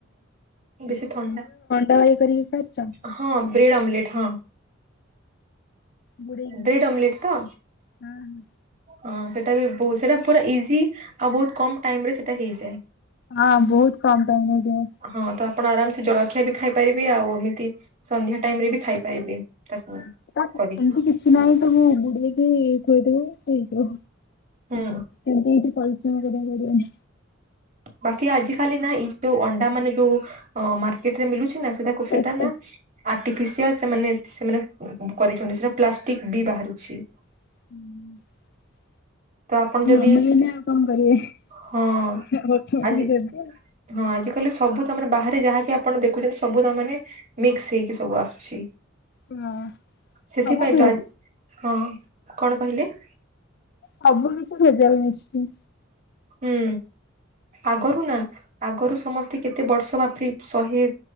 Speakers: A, on the right; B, on the left.
A: ବେଶୀ ଥଣ୍ଡା
B: ଦବାଇ କରିକି ଖାଚ?
A: ହଁ ବ୍ରେଡ଼୍ ଆମ୍ଲେଟ୍ ହଁ।
B: ବୁଡେଇକି
A: ବ୍ରେଡ଼୍ ଆମ୍ଲେଟ ତ?
B: ହଁ
A: ହଁ ସେଟା ବି ବହୁ ସେଇଟା ପୁରା ଇଜି ଆଉ ବହୁତ୍ କମ୍ ଟାଇମ୍ ରେ ସେଟା ହେଇଯାଏ।
B: ହଁ ବହୁତ କମ୍ ଟାଇମ୍ ହେଇଯାଏ।
A: ହଁ ତ ଆପଣ ଆରାମ୍ ସେ ଜଳଖିଆ ବି ଖାଇପାରିବେ। ଆଉ ଏମିତି ସନ୍ଧ୍ୟା ଟାଇମ୍ ରେ ବି ଖାଇପାରିବେ। ତାକୁ।
B: ତାକୁ
A: କରିକି
B: ସେମିତି କିଛି ନାହିଁ ତାକୁ ବୁଡ଼େଇକି ଖୁଏଇ ଦେବେ ହେଇଯିବ।
A: ହୁଁ।
B: ଏମିତି କିଛି ପରିଶ୍ରମ କରିବାକୁ ପଡ଼ିବନି।
A: ବାକି ଆଜିିକାଲି ନା ଏଇ ଯୋଉ ଅଣ୍ଡା ମାନେ ଯୋଉ ମାର୍କେଟରେ ମଲୁଛି ନା ସେଟାକୁ
B: ଫାଷ୍ଟେ
A: ସେଟା ନା ଆର୍ଟିଫିସିଆଲ୍ ସେମାନେ ସେମାନେ କରିଛନ୍ତି ସେଟା ପ୍ଲାଷ୍ଟିକ ବି ବାହାରୁଛି।
B: ହୁଁ।
A: ତ ଆପଣ ଯଦି
B: ନମିଳିନେ ଆଉ କଣ କରିବିବେ ଅଟମେଟିକି
A: ହଁ ଆଜି
B: ଦେବେ ଆଉ
A: ହଁ ଆଜି କାଲି ସବୁ ତମାନେ ବାହାରେ ଯାହାବି ଆପଣ ଦେଖୁଛନ୍ତି ସବୁ ତାମନେ ମିକ୍ସ ହେଇକି ସବୁ ଆସୁଛି।
B: ହଁ।
A: ସେଥିପାଇଁ
B: ସବୁ ଭେଜ
A: ତ ହଁ କଣ କହିଲେ
B: ସବୁ ବି ତ ଭେଜାଲ୍ ମିଶୁଛି
A: ହୁଁ ଆଗରୁ ନା ଆଗରୁ ସମସ୍ତେ କେତେ ବର୍ଷ ବାପି ଶହେ